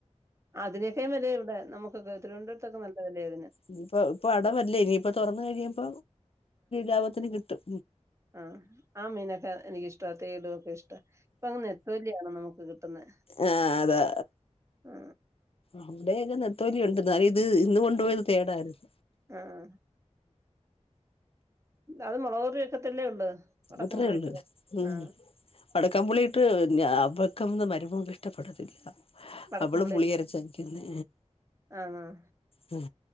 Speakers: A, on the right; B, on the left.
A: അതിനൊക്കാ വിലയ ഇവിടെ നമുക്ക് തിരുവനന്തുരതൊക്കെ നല്ല വിലയ
B: ഇനിപ്പ ഇപ്പൊ അടവല്ലേ ഇനിയിപ്പ തുറന്ന് കഴിയുമ്പ ലാഭത്തിന് കിട്ടും
A: ആഹ് ആ മീനൊക്കെ എനക്ക് ഇഷ്ട തേട് ഒക്കെ ഇഷ് ഇപ്പ അങ്ങ നെത്തോലിയ നമുക്ക് കിട്ടുന്നെ
B: ആഹ് അതാ
A: ആ
B: അവിടെയൊക്കെ നെത്തോലി ഉണ്ടന്ന് ഇത് ഇന്ന് കൊണ്ടുപോയത് തേടായിരുന്നു
A: ആഹ അത് മുളകൂകറിക്കെത്തല്ലേ ഉള്ളൂ വടക്കമ്പുളി
B: അത്രേ ഉള്ളു
A: ഇട്ട്
B: ഉം
A: ആഹ്
B: അടക്കാൻ പൊള്ളിയിട്ട് ഞാ അവർക്കന്ന് മരുമോ ഇഷ്ടപ്പെടത്തില്ല
A: വടക്കമ്പുളി
B: അവള് പുളി അരച്ചക്കുന്നെ
A: ആഹ് ആഹ്
B: ഹ്